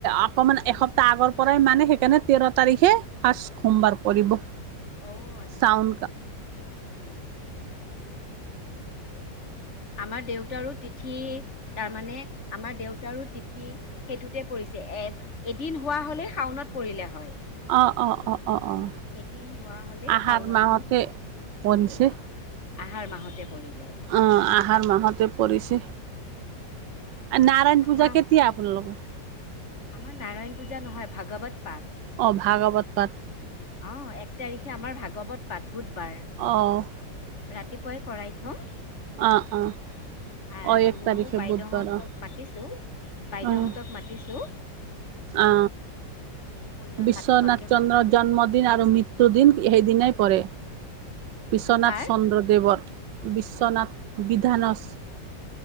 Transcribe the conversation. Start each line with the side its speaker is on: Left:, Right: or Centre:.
Right: অকমান এসপ্তাহ আগৰ পৰাই মানে সেইকাৰণে তেৰ তাৰিখে ফাৰ্ছ সোমবাৰ পৰিব।
Left: অ', আচ্ছা
Right: চাউন
Left: আচ্ছা। উম। আমাৰ দেউতাৰো তিথি তাৰমানে আমাৰ দেউতাৰো তিথি সেইটোতে পৰি এ এদিন হোৱা হলেই শাওনত পৰিলে হয়।
Right: অ', অ', অ', অ', অ',
Left: এদিন হোৱা হ'লে
Right: আহাৰ
Left: শাওনত
Right: মাহতে। পৰিছে।
Left: অ', আহাৰ মাহতে পৰিলে
Right: আহ আহাৰ মাহত। পৰিছে। আৰু নাৰায়ণ
Left: আমাৰ
Right: পূজা কেতিয়া আপোনালোকৰ?
Left: আমাৰ নাৰায়ণ পূজা নহয় ভাগৱত পাঠ।
Right: অ', ভাগৱত পাঠ?
Left: অ', এক তাৰিখে আমাৰ ভাগৱত পাঠ বুধবাৰ।
Right: অ',
Left: ৰাতিপুৱাই কৰাই থম।
Right: অ', অ',
Left: আৰু
Right: অ', এক তাৰিখে
Left: বাইদেউহতক
Right: বুধবাৰ অ',
Left: মতিছো। বাইদেউহঁতক
Right: অ',
Left: মাতিছো।
Right: অ',
Left: দুপৰীয়া
Right: বিশ্বনাথ
Left: ভাত খোৱাকে
Right: চন্দ্ৰ
Left: মাতিছো
Right: জ জন্মদিন আৰু মৃত্যুদিন সেই দিনই পৰে। বিশ্বনাথ
Left: কাৰ
Right: চন্দ্ৰদেৱৰ, বিশ্বনাথ বিধানস